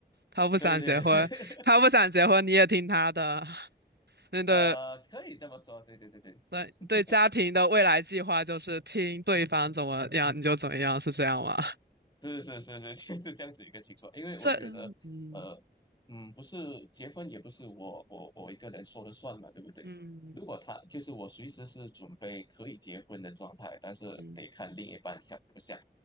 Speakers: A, on the right; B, on the left.
A: 他不想结婚，
B: 对对对。
A: 他不想结婚你也听他的。
B: <laughs>
A: <laughs> 那对
B: 呃，可以这么说，对对对对，<laughs>
A: 对对，家庭的未来计划就是听对方怎么样你就怎么样，是这样吗？
B: 是是是是，<laughs> 就是这样子一个情况。
A: <laughs>
B: 因为我觉得，
A: 这嗯
B: 呃，嗯，不是结婚也不是我我我一个人说了算嘛，对不对？
A: 嗯
B: 如果他就是我随时是准备可以结婚的状态，但是得看另一半想不想。
A: 嗯。